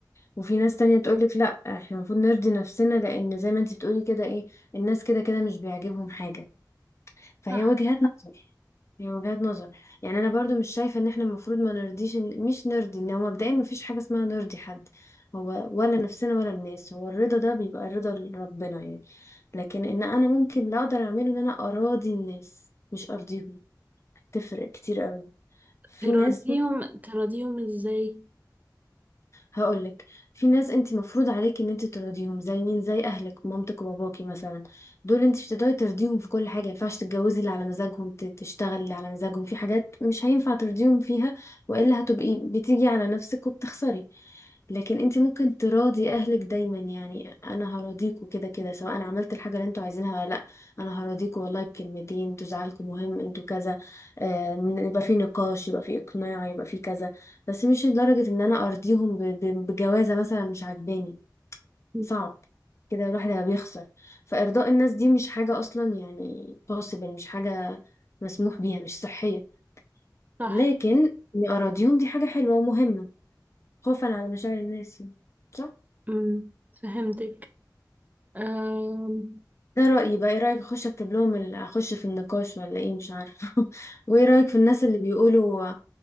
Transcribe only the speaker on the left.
وفي ناس تانية تقولك لا احنا المفروض نرضي نفسنا لأن زي ما انتي بتقولي كده ايه الناس كده كده مش بيعجبهم حاجة فهي
وجهات نظر هي وجهات نظر يعني انا برضو مش شايفه ان احنا المفروض ما نرضيش إن- مش نرضي ان هو مبدئيا ما فيش حاجه اسمها نرضي حد هو ولا نفسنا ولا الناس هو الرضا ده بيبقى رضا ربنا يعني لكن ان انا ممكن لا اقدر اعمله ان انا اراضي الناس مش ارضيهم تفرق كتير قوي في
ناس
هقولك في ناس انت مفروض عليك ان انت ترضيهم زي مين زي اهلك مامتك وباباكي مثلا دول انت مش هتقدري ترضيهم في كل حاجه مينفعش تتجوزي اللي على مزاجهم ت- تشتغلي اللي على مزاجهم في حاجات مش هينفع ترضيهم فيها والا هتبقي بتيجي على نفسك وبتخسري لكن انت ممكن تراضي اهلك دايما يعني انا هراضيكوا كده كده سواء انا عملت الحاجه اللي انتوا عايزينها ولا لا انا هراضيكوا والله بكلمتين انتوا زعلكم مهم انتوا كذا آه، يبقى في نقاش يبقى في اقناع يبقى في كذا بس مش لدرجة ان انا ارضيهم ب- ب- بجوازة مثلا مش عاجباني
صعب كده الواحد هيبقى بيخسر فارضاء الناس دي مش حاجة اصلا يعني possible مش حاجة مسموح بيها مش صحية
لكن اني اراضيهم دي حاجة حلوة ومهمة خوفا على مشاعر الناس يعني. صح
ده رأيي بقى ايه رأيك اخش اكتب لهم ال- اخش في النقاش ولا ايه مش عارفة <laughs> وايه رأيك في الناس اللي بيقولوا